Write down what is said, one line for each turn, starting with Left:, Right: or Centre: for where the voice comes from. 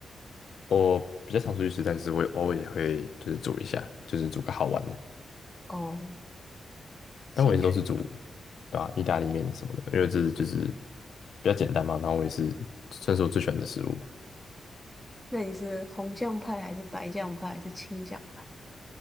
Left: 我比较常出去吃，但是我偶尔也会就是煮一下，就是煮个好玩的。
Centre: 哦，兴趣。
Left: 但我一直都是煮，对吧、意大利面什么的，因为这是就是比较简单嘛。然后我也是算是我最喜欢的食物吧。
Centre: 那你是红酱派还是白酱派还是青酱派？